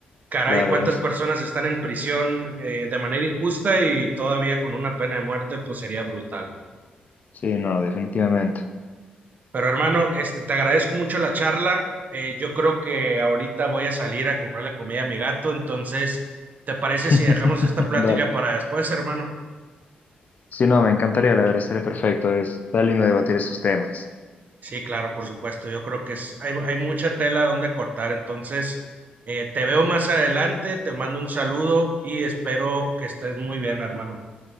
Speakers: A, on the right (about 50°); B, on the left (about 50°).
A: caray,
B: claro,
A: cuántas
B: es,
A: personas están en prisión eh, de manera injusta y todavía con una pena de muerte, pues sería brutal. ¿no?
B: sí, no, definitivamente.
A: Pero hermano, este, te agradezco mucho la charla. Eh, yo creo que ahorita voy a salir a comprarle comida a mi gato, entonces, ¿te parece
B: <laughs>
A: si dejamos esta plática
B: Dale.
A: para después, hermano?
B: Sí, no, me encantaría, la verdad, sería perfecto. Es, está lindo debatir estos temas.
A: Sí, claro, por supuesto. Yo creo que es- hay, hay mucha tela donde cortar, entonces, eh, te veo más adelante, te mando un saludo y espero que estés muy bien, hermano.